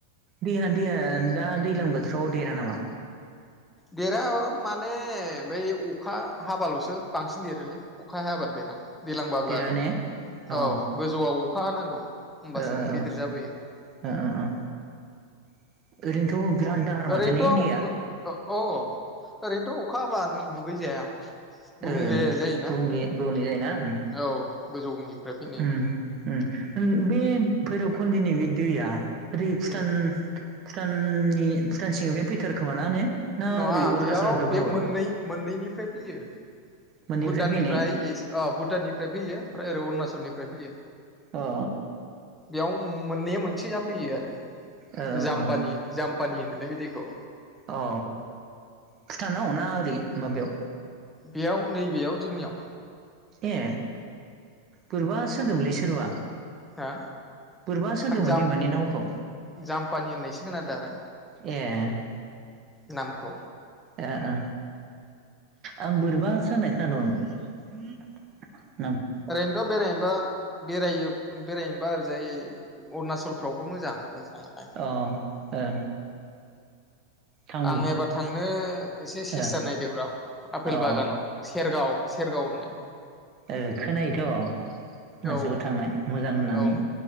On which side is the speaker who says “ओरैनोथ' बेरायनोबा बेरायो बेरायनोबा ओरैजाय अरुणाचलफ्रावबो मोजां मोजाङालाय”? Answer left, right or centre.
Centre